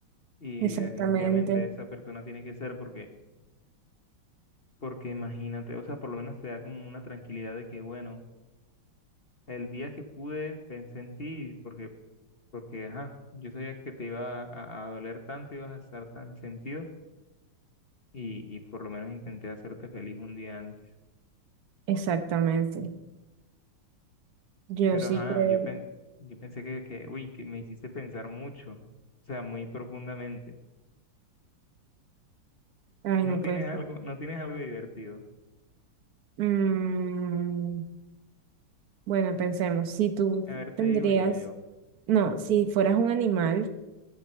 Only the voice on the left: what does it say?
Y
definitivamente esa persona tiene que ser porque Porque imagínate, o sea, por lo menos te da como una tranquilidad de que, bueno, el día que pude pensé en ti, porque, porque, ajá, yo sabía que te iba a, a doler tanto, ibas a estar tan sentido, y, y por lo menos intenté hacerte feliz un día antes.
Pero,
ajá,
yo, pen- yo pensé que, que, uy, que me hiciste pensar mucho, o sea, muy profundamente.
No
tienes
algo,
no tienes algo divertido.
A ver, te
digo yo, yo,